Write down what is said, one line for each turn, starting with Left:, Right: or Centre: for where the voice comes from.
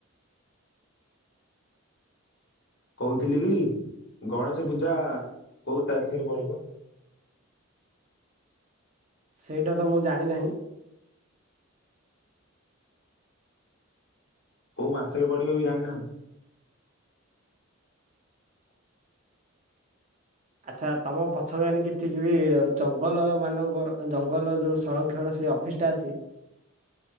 Left: କହୁଥିଲି କି ଗଣେଶ ପୂଜା କୋଉ ତାରିଖରେ ପଡିବ?
Right: ସେଇଟା ତ ମୁଁ ଜାଣି ନାହିଁ।
Left: କୋଉ ମାସରେ ପଡିବ ବି ଜାଣିନାହାନ୍ତି।
Right: ଆଚ୍ଛା ତମ ପଛ ଗନି ଆଣି କେତିକିବି ଜଙ୍ଗଲ ମାନଙ୍କର ଜଙ୍ଗଲ ଯୋଉ ସଂରକ୍ଷଣ ସେ ଅପ ଅପିସ୍ଟା ଅଛି